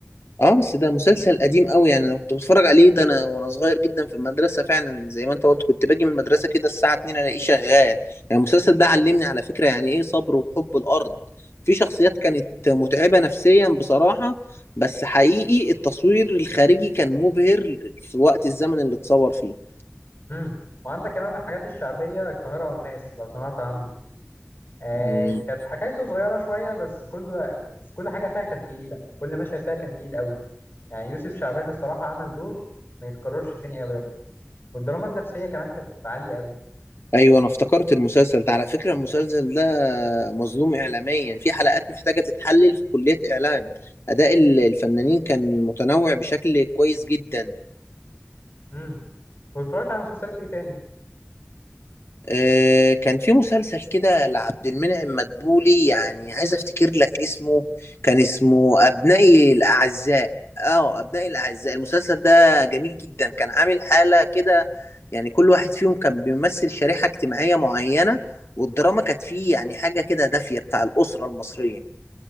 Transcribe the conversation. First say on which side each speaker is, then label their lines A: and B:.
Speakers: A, on the left; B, on the left.
A: اه بس ده مسلسل قديم قوي يعني انا كنت بتفرج عليه ده انا وانا صغير جدا في المدرسه فعلا زي ما انت قلت كنت باجي من المدرسه كده الساعه 2 الاقيه شغال يعني المسلسل ده علمني على فكره يعني ايه صبر وحب الارض في شخصيات كانت متعبه نفسيا بصراحه بس حقيقي التصوير الخارجي كان مبهر في وقت الزمن اللي اتصور فيه
B: مم. وعندك كمان من الحاجات الشعبيه القاهره والناس لو سمعت عنه آه
A: مم.
B: كانت حكايته صغيره شويه بس كل بس كل حاجه فيها كانت تقيله كل مشهد فيها كان تقيل قوي يعني يوسف شعبان الصراحة عمل دور ما يتكررش تاني أبدا والدراما النفسية كمان كانت عالية أوي
A: ايوه انا افتكرت المسلسل ده على فكره المسلسل ده مظلوم اعلاميا في حلقات محتاجه تتحلل في كليه اعلام اداء ال- الفنانين كان متنوع بشكل كويس جدا
B: امم واتفرجت على مسلسلات إيه تاني؟
A: آه، كان في مسلسل كده لعبد المنعم مدبولي يعني عايز افتكر لك اسمه كان اسمه ابنائي الاعزاء اه ابنائي الاعزاء المسلسل ده جميل جدا كان عامل حالة كده يعني كل واحد فيهم كان بيمثل شريحة اجتماعية معينة والدراما كانت فيه يعني حاجة كده دافية بتاع الأسرة المصرية